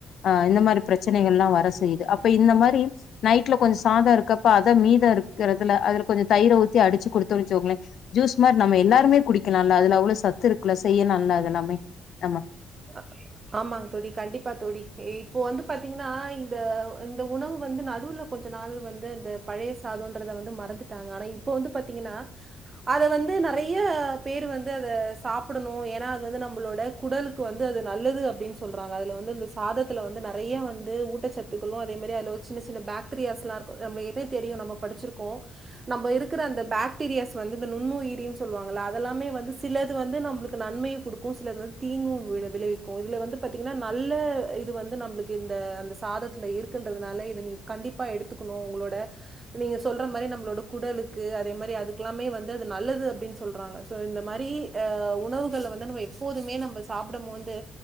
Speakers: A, on the left; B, on the right.
A: ஆ இந்த மாரி பிரச்சனைகல்லா வர செய்யுது அப்ப இந்த மாரி நைட்ல கொஞ்ச சாதோ இருக்கப்ப அத மீதம் இருக்கறதுல அதுல கொஞ்ச தயிர ஊத்தி அடிச்சு குடுத்தோ வச்சுகோங்கள ஜூஸ்மார் நம்ம எல்லாருமே குடிக்கலால்ல அதுல அவ்ளோ சத்து இருக்குல செய்யலால்ல அது எல்லாமே நம்ம
B: அம ஆமாங்க தோழி கண்டிப்பா தோழி இப்போ வந்து பாத்தீங்கன்னா இந்த இந்த உணவு வந்து நடுல கொஞ்ச நாள் வந்து அந்த பழைய சாதம்ன்றத வந்து மறந்துட்டாங்க ஆனா இப்ப வந்து பாத்தீங்கன்னா அத வந்து நெறைய பேரு வந்து அத சாப்படணு ஏன்னா அது வந்து நம்மளோட குடலுக்கு வந்து அது நல்லது அப்டின்னு சொல்றாங்க அதுல வந்து இந்த சாதத்துல வந்து நெறைய வந்து ஊட்டச்சத் துகளு அதே மாரி அதுல ஒரு சின்ன சின்ன பேக்டீரியாஸ்லா இருக்கு நம்ம இதே தெரியு நம்ம படிச்சிருக்கோ நம்ம இருக்கற அந்த பாக்டீரியாஸ் வந்து இந்த நுண்ணுயிரி சொல்லுவாங்கள அதெல்லாமே வந்து சிலது வந்து நம்மளுக்கு நன்மைையு குடுக்கு சிலது தீங்கும் வி விளைவிக்கும் இதுல வந்து பாத்தீங்கன்னா நல்ல இது வந்து நம்மளுக்கு இந்த அந்த சாதத்துல இருக் இருகுன்றதுனால இத நீங்க கண்டிப்பா எடுத்துக்கணு உங்களோட நீங்க சொல்ற மாரி நம்மளோட குடலுக்கு அதே மாரி அதுக்கெல்லாமே வந்து அது நல்லது அப்டின்னு சொல்றாங்க சோ இந்த மாரி அ உணவுகள்ல வந்து நம்ம எப்போதுமே நம்ம சாப்படும்போது